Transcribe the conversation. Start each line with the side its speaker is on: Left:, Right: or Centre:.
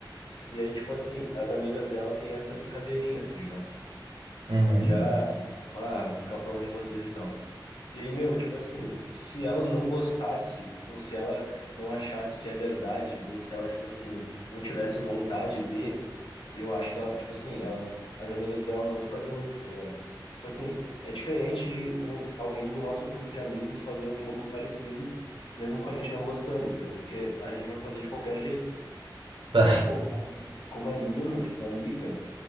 Left: E aí, tipo assim, as amigas dela têm essa brincadeirinha, tá ligado?
Right: Uhum.
Left: Já
Right: <laughs>
Left: ah, ficar falando de vocês e tal. E aí, meu, tipo assim, se ela não gostasse, ou se ela não achasse que é verdade, ou se ela, tipo assim, não tivesse vontade de, eu acho que ela, tipo assim, ela, as amigas dela não fariam isso, tá ligado? Tipo assim, é diferente de um- alguém do nosso grupo de amigos fazer algum bagulho parecido, mesmo com a gente não gostando, entendeu? Porque a gente vai fazer de qualquer jeito.
Right: Tá.
Left: Mas, pô, como, como é mina, tipo, amiga,